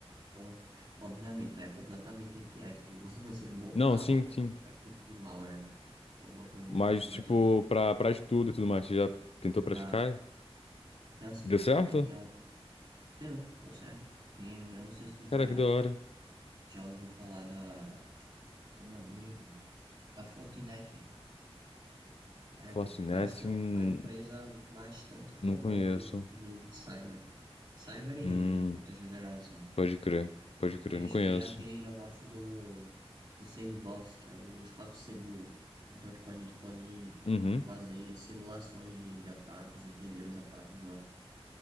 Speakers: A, on the right; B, on the left.
A: com- obviamente, né? É completamente antiético <laughs> você montar
B: Não, sim,
A: ou
B: sim.
A: qualquer tipo de malware ou alguma coisa
B: Mas,
A: do tipo, mas
B: tipo,
A: tipo,
B: pra, pra estudo e tudo mais, você já tentou praticar?
A: já, já assim,
B: Deu certo?
A: porque tinha. um, Deu, deu certo. Tem, eu não sei se tu já.
B: Cara, que da hora.
A: Já ouviu falar da, como é mesmo? Da Fortinet. É
B: Fortinet,
A: de- bastante,
B: hum,
A: é uma empresa bastante famosa
B: não conheço.
A: de, de, de cyber. Cyber e redes,
B: Hum,
A: no contexto geral, assim.
B: pode crer, pode crer,
A: E Eles
B: não conheço.
A: têm aquele negócio do, do sandbox, que é o espaço seguro. Então, tipo, a gente pode
B: Uhum.
A: fazer simulações de, de ataques, entender os ataques lá.